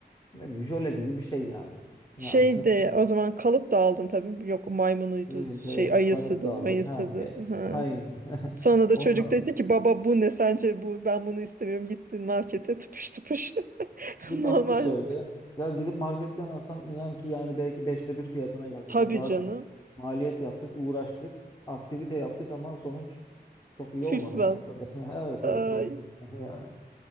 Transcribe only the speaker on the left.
Ne bileyim, jöle gibi bir şey yani. Ya,
<laughs> evet
evet
karot da aldık.
Ha, e,
aynen. <laughs>
Onu
da aldık.
Bir
baktı şöyle. Ya gidip marketten alsan inan ki yani belki beşte bir fiyatına gelecek.
Yani daha
çok maliyet yaptık, uğraştık, aktivite yaptık ama sonuç çok iyi
olmadı yani o kadar. <laughs> Evet
evet sonuç güzel yani.